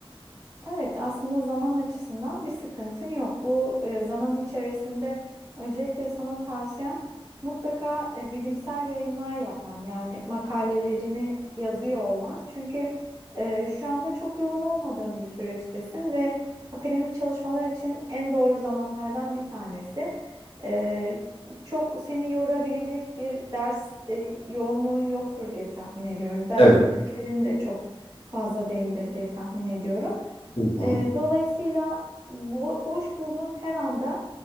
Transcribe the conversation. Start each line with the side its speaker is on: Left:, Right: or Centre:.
Right: Evet, aslında zaman açısından bir sıkıntın yok. Bu e, zaman içerisinde öncelikle sana tavsiyem mutlaka e, bilimsel yayınlar yapman yani makalelerini yazıyor olman. Çünkü e, şu anda çok yoğun olmadığın bir süreçtesin ve akademik çalışmalar için en doğru zamanlardan bir tanesi. E, çok seni yorabilecek bir ders e, yoğunluğun yoktur diye tahmin ediyorum. Ders
Left: Evet.
Right: yüklerin de çok fazla değildir diye tahmin ediyorum.
Left: Hı hı.
Right: Ee, dolayısıyla bo- boş bulduğun her anda